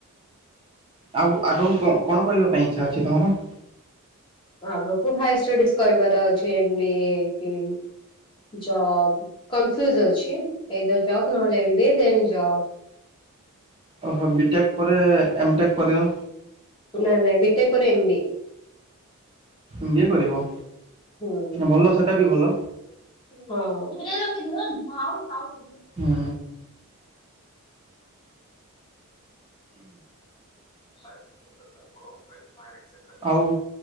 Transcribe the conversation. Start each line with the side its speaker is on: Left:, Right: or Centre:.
Right: ଆଉ ଆଗୁକୁ କଣ କଣ କରିବା ପାଇଁ ଇଚ୍ଛା ଅଛି ତମର?
Left: ଆଗକୁ ହାୟର ଷ୍ଟଡିଜ୍ କରିବାର ଅଛି ଏମ୍ ବିଏ କି ଜବ୍ କନଫ୍ୟୁଜ ଅଛି ଏଇ ତ ଜବ୍ ନହେଲେ M B A then job.
Right: ଓ ହୋ ବି ଟେକ୍ ପରେ ଏମ୍ ଟେକ୍ କରିବ।
Left: ନାଇଁ ନାଇଁ ବିିଟେକ୍ ପରେ M B A.
Right: M BA କରିବ
Left: ହୁଁ
Right: ଭଲ ସେଟା ବି ଭଲ।
Left: ହଁ।
Right: ହୁଁ।
Left: <inaudible>
Right: ଆଉ